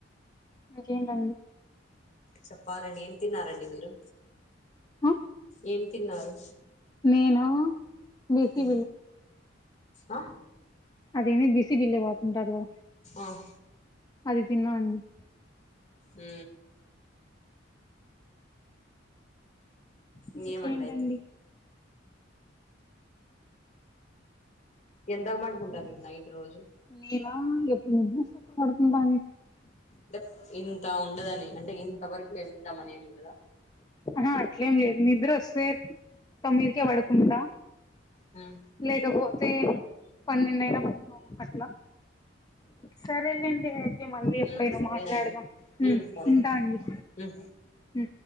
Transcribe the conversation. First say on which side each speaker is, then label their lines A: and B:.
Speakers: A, on the left (about 20°); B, on the left (about 40°).
A: ఇకేంటండి
B: చెప్పాలండి ఏం తిన్నారండి మీరు
A: ఆ
B: ఏం తిన్నారు
A: నేనా బిసి
B: ఉ ఆ
A: అదేమీ బిసి బిల్లే పోతుంటది గదా
B: ఆహ
A: అది తిన్నాన్ అ
B: ఉ ఇంగే
A: ఇంకేంటండి
B: మండి అయితే ఎంతకు పడుకుంటారు మీ నైట్ రోజు
A: నేనా ఎప్పుడు నిద్రవొస్తే అప్పుడు పడుకుంటా అండి
B: అంటే ఇంత ఉండదని అంటే ఇంత వరకు మేల్కుంటామని ఏం ఉండదా
A: ఆహా అట్లేం లేదు నిద్ర వొస్తే తొమ్మిదికే పడుకుంటా
B: మ్
A: లేకపోతే పన్నెండు అయినా పనుకోము అట్లా సరేలేండి అయితే మళ్ళీ ఎప్పుడైనా
B: ఉమ్ సరేనండి
A: మాట్లాడదాం ఉ
B: ఉమ్ సరే
A: ఉంటా అండి
B: ఉమ్
A: ఉ